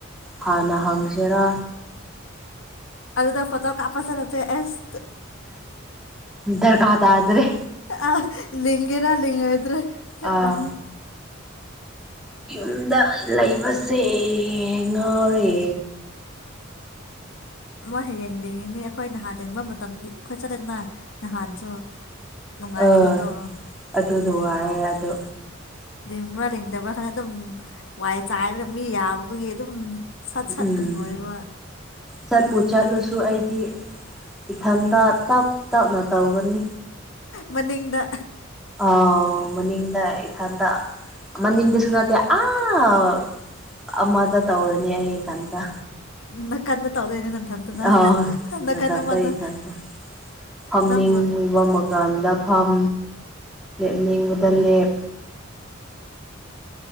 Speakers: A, in the centre; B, on the left.
A: ꯍꯥꯟꯅ ꯍꯪꯁꯤꯔꯥ
B: ꯗ ꯐꯇꯣ ꯀꯥꯄꯁ ꯅꯠꯇ ꯑꯦꯁ
A: ꯗꯔꯀꯥꯇꯗ꯭ꯔꯦ
B: ꯑ ꯂꯤꯉꯦꯔ ꯂꯤꯉ ꯑꯣꯏꯗ꯭ꯔ
A: ꯑꯥ
B: ꯑ
A: ꯌꯨꯝꯗ ꯂꯩꯕ ꯔꯦ ꯉꯔꯦ
B: ꯃꯣꯏ ꯍꯌꯦ ꯌꯦꯡꯅꯤꯡꯡꯉꯤꯅꯤ ꯑꯩꯈꯣꯏ ꯅꯍꯥꯟ ꯌꯦꯤꯡꯕ ꯃꯇꯝꯗ ꯑꯩꯈꯣꯏ ꯆꯠꯂꯦꯅ ꯅꯍꯥꯟꯁꯨ ꯅꯨꯡꯉꯥꯏꯇ꯭ꯔꯣ
A: ꯑ
B: ꯑꯗꯣ
A: ꯑꯗꯨꯗ ꯋꯥꯌꯦ ꯑꯗꯣ
B: ꯂꯤꯡꯕ꯭ꯔꯥ ꯂꯤꯡꯗꯕ꯭ꯔꯥ ꯈꯅ ꯑꯗꯨꯝ ꯋꯥꯏ ꯆꯥꯏꯔꯒ ꯃꯤ ꯌꯥꯝꯕꯒꯤ ꯑꯗꯨꯝ ꯁꯠ ꯁꯠ
A: ꯎꯝ
B: ꯑꯗꯨꯝ ꯂꯣꯏꯕ
A: ꯁ ꯄꯣꯆꯂꯨ ꯁꯨ ꯑꯩꯗꯤ ꯏꯊꯟꯇ ꯇꯞ ꯇꯞꯅ ꯇꯧꯒꯅꯤ
B: ꯃꯅꯤꯗ
A: ꯑ ꯃꯅꯤꯡꯗ ꯏꯊꯟꯗ ꯃꯅꯤꯡꯗꯁꯨ ꯅꯠꯇꯦ ꯑꯥ ꯑꯃꯗ ꯇꯧꯔꯅꯤ ꯑꯩ ꯏꯊꯟꯇ
B: ꯅꯥꯀꯟꯗ ꯇꯧꯗꯣꯏꯅꯦ ꯅꯟꯊꯟꯇꯅ
A: ꯑꯥꯎ
B: ꯅꯥꯀꯟ
A: ꯅꯥꯀꯟꯗ
B: ꯑꯃꯗ
A: ꯏꯊꯟꯇ ꯐꯝꯅꯤꯡꯕ
B: ꯅꯪꯕꯨ
A: ꯃꯀꯥꯟꯗ ꯐꯝ ꯂꯦꯞꯅꯤꯡꯕ ꯗ ꯂꯩꯦ